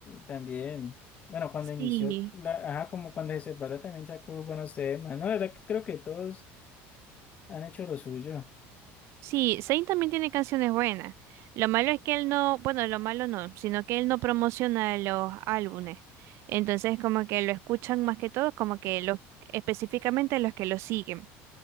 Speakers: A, on the left; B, on the right.
A: también, bueno, cuando inició,
B: Sí,
A: la, ajá, como cuando se separó también sacó buenos temas. No, la verdad que creo que todos han hecho lo suyo.
B: sí, Zayn también tiene canciones buenas. Lo malo es que él no, bueno, lo malo no, sino que él no promociona los álbumes. Entonces, como que lo escuchan más que todo, como que los, específicamente los que lo siguen,